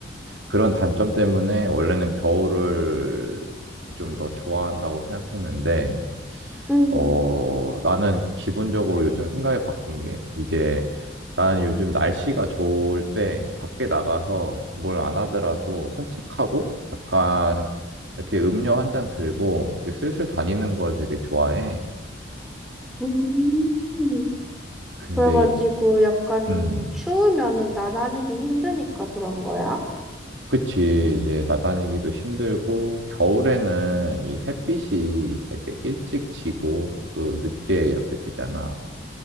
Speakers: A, on the right (about 75°); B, in the centre.
A: 그런 단점 때문에 원래는 겨울을 좀 더 좋아한다고 생각했는데,
B: 음,
A: 어, 나는 기본적으로 요즘 생각이 바뀐 게, 이제 나는 요즘 날씨가 좋을 때 밖에 나가서 뭘 안 하더라도 산책하고 약간 이렇게 음료 한 잔 들고 이렇게 슬슬 다니는 걸 되게 좋아해.
B: 음.
A: 근데,
B: 그래가지고
A: 이-
B: 약간
A: 음,
B: 추우면은 나다니기 힘드니까 그런 거야?
A: 그치, 이제 나다니기도 힘들고, 겨울에는 이 햇빛이 되게 일찍 지고, 또 늦게 이렇게 되잖아.